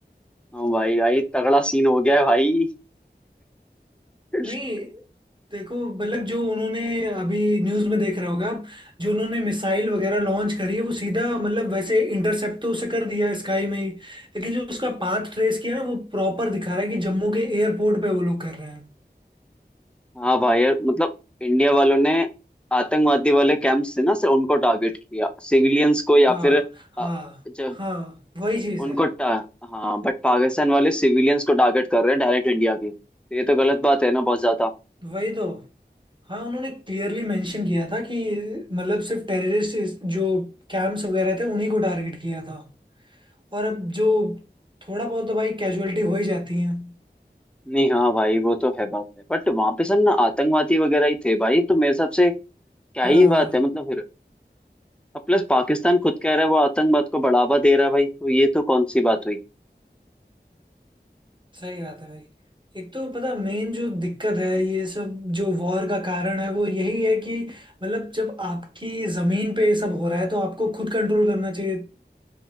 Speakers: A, in the centre; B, on the right (about 25°).
A: हाँ भाई भाई तगड़ा सीन हो गया है भाई <laughs>
B: नहीं देखो मतलब जो उन्होंने अभी न्यूज में देख रहे होगा आप जो उन्होंने मिसाइल वगैरह लॉन्च करी है वो सीधा मतलब वैसे इंटरसेप्ट तो उसे कर दिया स्काई में ही लेकिन जो उसका पाथ ट्रेस किया ना वो प्रॉपर दिखा रहा है कि जम्मू के एयरपोर्ट पे वो लोग कर रहे हैं
A: हाँ भाई यार मतलब इंडिया वालों ने आतंकवादी वाले कैंप्स थे ना से उनको टारगेट किया सिविलियंस को या
B: हाँ
A: फिर
B: हाँ
A: अ, जब
B: हाँ वही चीज
A: उनको
B: है
A: टा, हाँ बट पाकिस्तान वाले सिविलियंस को टारगेट कर रहे हैं डायरेक्ट इंडिया की तो ये तो गलत बात है ना बहुत ज्यादा
B: वही तो हाँ उन्होंने क्लियरली मेंशन किया था कि मतलब सिर्फ टेररिस्ट जो कैंप्स वगैरह थे उन्हीं को टारगेट किया था और अब जो थोड़ा बहुत तो भाई कैजुअलिटी हो ही जाती है
A: नहीं हाँ भाई वो तो है बात है बट वहां पे सब ना आतंकवादी वगैरह ही थे भाई तो मेरे हिसाब से क्या
B: हाँ
A: ही बात है मतलब फिर अब प्लस पाकिस्तान खुद कह रहा है वो आतंकवाद को बढ़ावा दे रहा है भाई तो ये तो कौन सी बात हुई
B: सही बात है भाई एक तो पता मेन जो दिक्कत है ये सब जो वॉर का कारण है वो यही है कि मतलब जब आपकी जमीन पे ये सब हो रहा है तो आपको खुद कंट्रोल करना चाहिए